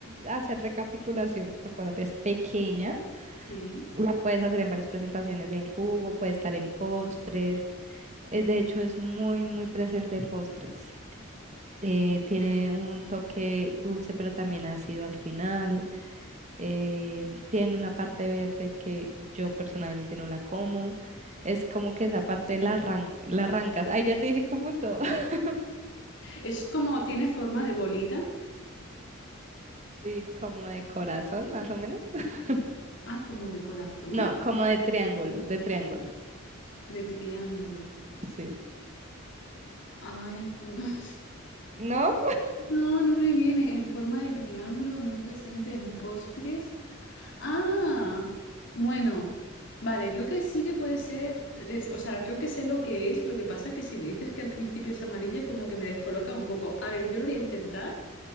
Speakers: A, on the right; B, on the left.
A: a hacer recapitulación. Acuérdate, es pequeña,
B: Sí.
A: la puedes hacer en varias presentaciones en jugo, puede estar en postres. eh, De hecho, es muy, muy presente en postres. Eh, tiene un toque dulce, pero también ácido al final. eh, tiene una parte verde que yo personalmente no la como. Es como que esa parte la, arran- la arrancas. Ay, ya te dije como todo. <laughs>
B: Es como, tiene forma de bolita.
A: Sí, como de corazón, más o menos. <laughs>
B: Ah, como de corazón,
A: No, como de triángulo, de triángulo.
B: de triángulo.
A: Sí.
B: Ay, pues no <laughs> sé.
A: ¿No?
B: No, no me viene en forma de triángulo en mi presente en postres. Ah, bueno, vale, creo que sí que puede ser, es- o sea, creo que sé lo que es, lo que pasa que si me dices que al principio es amarilla, como que me descoloca un poco. A ver, yo lo voy a intentar,